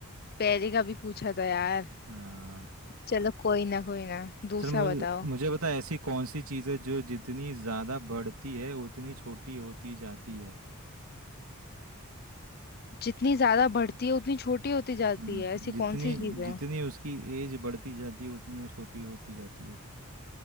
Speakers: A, on the left; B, on the right.
A: पहले का भी पूछा था यार
B: आ,
A: चलो कोई ना कोई ना दूसरा
B: चल मुझे
A: बताओ
B: मुझे बता ऐसी कौन सी चीज़ है जो जितनी ज़्यादा बढ़ती है उतनी छोटी होती जाती है
A: जितनी ज्यादा बढ़ती है उतनी छोटी होती जाती
B: हम्म
A: है ऐसी
B: जितनी
A: कौन सी चीज है
B: जितनी उसकी एज बढ़ती जाती है उतनी वो छोटी होती जाती है